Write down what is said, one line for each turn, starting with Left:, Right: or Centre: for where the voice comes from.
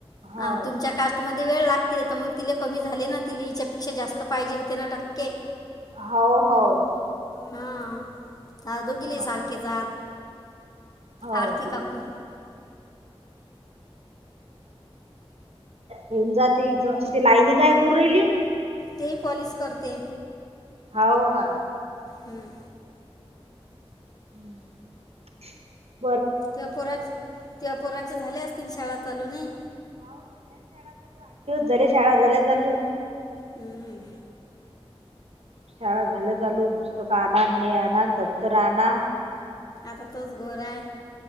Right: हो
Left: ह तुमच्या कास्टध्ये वेळ लागते तर मग तिले कमी झाले ना ति याच्यापेक्षा जास्त पाहिजे होते ना टक्के
Right: हो हो
Left: हा द दोघीले
Right: हो
Left: सारखे जात
Right: हो
Left: आरती काकु
Right: होऊन जाते इथ आणि ती लाईनी काय कर राहिली
Left: ते पॉलीस करते
Right: हो का
Left: हम्म
Right: हम्म
Left: त्ये पोराचं तोया पोराचे झाले असतील शाळा चालू नई
Right: जरी शाळा झाल्या चालू
Left: हम्म
Right: शाळा झाल्या चालू पुस्तक आणन हे आणन दप्तर आणा
Left: आता तोच घोर आहे